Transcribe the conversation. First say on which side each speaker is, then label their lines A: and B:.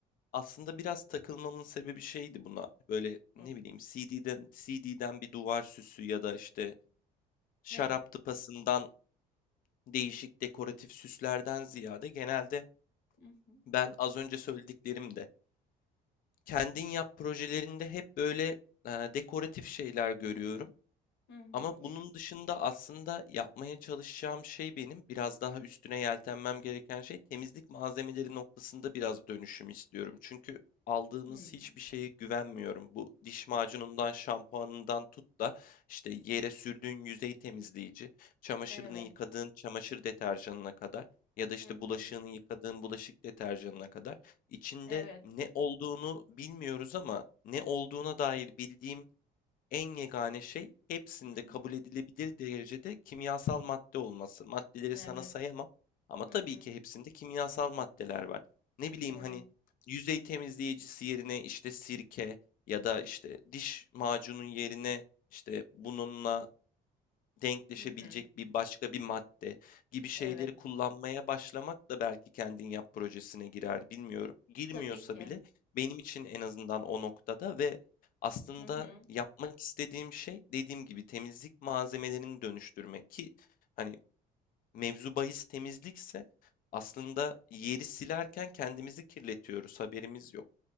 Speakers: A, on the left; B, on the left.
A: aslında biraz takılmamın sebebi şeydi buna. Böyle ne
B: Hı. hı.
A: bileyim CD'den CD'den bir duvar süsü ya da işte şarap
B: Evet.
A: tıpasından değişik dekoratif süslerden ziyade genelde
B: Hı hı.
A: ben az önce söylediklerim kendin yap projelerinde hep böyle e, dekoratif şeyler görüyorum.
B: Hı hı.
A: Ama bunun dışında aslında yapmaya çalışacağım şey benim biraz daha üstüne yeltenmem gereken şey temizlik malzemeleri noktasında biraz dönüşüm istiyorum. Çünkü aldığımız
B: Hmm.
A: hiçbir şeye güvenmiyorum. Bu diş macunundan, şampuanından tut da işte yere sürdüğün yüzey temizleyici, çamaşırını
B: Evet.
A: yıkadığın çamaşır deterjanına kadar ya da işte
B: Hı
A: bulaşığını
B: hı.
A: yıkadığın bulaşık deterjanına kadar içinde
B: Evet.
A: ne olduğunu bilmiyoruz ama ne olduğuna dair bildiğim en yegane şey hepsinde
B: Hı hı.
A: kabul edilebilir derecede kimyasal madde olması. Maddeleri
B: Evet.
A: sana sayamam ama tabii
B: Hı hı.
A: ki hepsinde kimyasal maddeler var. Ne bileyim
B: Evet.
A: hani yüzey temizleyicisi yerine işte sirke ya da işte diş macunun yerine işte bununla Denkleşebilecek
B: Hı hı.
A: bir başka bir madde gibi şeyleri
B: Evet.
A: kullanmaya başlamak da belki kendin yap projesine girer, bilmiyorum. Girmiyorsa
B: Tabii ki.
A: bile benim için en azından o noktada ve aslında
B: Hı hı.
A: yapmak istediğim şey dediğim gibi temizlik malzemelerini dönüştürmek ki hani mevzu bahis temizlikse aslında yeri silerken kendimizi kirletiyoruz, haberimiz yok.